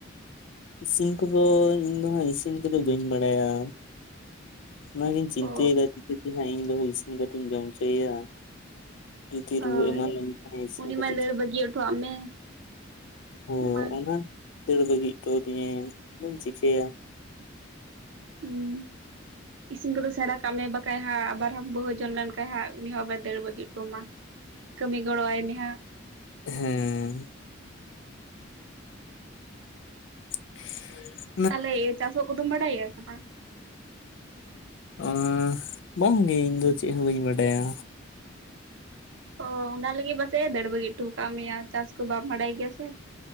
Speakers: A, on the left; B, on the right.
A: ᱤᱥᱤᱱ ᱠᱚᱫᱚ ᱤᱧ ᱫᱚ ᱦᱟᱸᱜ ᱤᱥᱤᱱ ᱠᱚ ᱫᱚ ᱵᱟᱹᱧ ᱵᱟᱲᱟᱭᱟ ᱚᱱᱟ ᱜᱤᱧ ᱪᱤᱱᱛᱟᱹᱭ
B: ᱚ
A: ᱫᱟ ᱪᱤᱠᱟᱹᱛᱮ ᱦᱟᱸᱜ ᱤᱧ ᱵᱟᱹᱦᱩ ᱤᱥᱤᱱ ᱠᱟᱛᱮᱧ ᱡᱚᱢ ᱪᱚᱭᱟ ᱡᱩᱫᱤ
B: ᱦᱳᱭ
A: ᱨᱩᱣᱟᱹ ᱮᱢᱟᱱ ᱞᱮᱱ ᱠᱷᱟᱡ ᱮ ᱤᱥᱤᱱ
B: ᱩᱱᱤ
A: ᱠᱟᱛᱮ
B: ᱢᱟᱭ ᱫᱟᱹᱲ ᱵᱟᱹᱜᱤ ᱚᱴᱚᱣᱟᱜ ᱢᱮ
A: ᱦᱚ
B: ᱢᱟ
A: ᱚᱱᱟ ᱫᱟᱹᱲ ᱵᱟᱹᱜᱤ ᱚᱴᱚ ᱫᱤᱧᱮ ᱟᱫᱚᱢ ᱪᱤᱠᱟᱹᱭᱟ
B: <unintelligible> ᱤᱥᱤᱱ ᱠᱚᱫᱚ ᱥᱮᱬᱟ ᱠᱟᱜ ᱢᱮ ᱵᱟᱠᱷᱟᱡ ᱦᱟᱸᱜ ᱟᱵᱟᱨ ᱦᱟᱢ ᱵᱟᱹᱦᱩ ᱡᱚᱱ ᱞᱮᱱᱠᱷᱟᱡ ᱦᱟᱸᱜ ᱩᱱᱤ ᱦᱚᱸ ᱵᱟᱭ ᱫᱟᱹᱲ ᱵᱟᱹᱜᱤ ᱚᱴᱚ‌ ᱢᱟ ᱠᱟᱹᱢᱤ ᱜᱚᱬᱚ ᱣᱟᱭ ᱢᱮ ᱦᱟᱸᱜ
A: ᱦᱮᱸ ᱦᱮᱸᱻ <inaudible>
B: ᱛᱟᱞᱦᱮ ‌ᱪᱟᱥᱚᱜ ᱠᱚᱫᱚᱢ ᱵᱟᱲᱟᱭᱮᱜᱟ ᱥᱮ ᱵᱟᱝ
A: ᱟᱸᱻ ᱵᱟᱝ ᱜᱤ ᱤᱧ ᱫᱚ ᱪᱮᱫ ᱦᱚᱸ ᱵᱟᱹᱧ ᱵᱟᱰᱟᱭᱟ
B: ᱚ ᱚᱱᱟ ᱞᱟᱹᱜᱤᱫ ᱵᱟᱥᱮᱡ ᱫᱟᱹᱲ ᱵᱟᱹᱜᱤ ᱩᱴᱩ ᱟᱠᱟᱫ ᱢᱮᱭᱟ ᱪᱟᱥ ᱠᱚ ᱵᱟᱢ ᱵᱟᱲᱟᱭ ᱜᱮᱭᱟ ᱥᱮ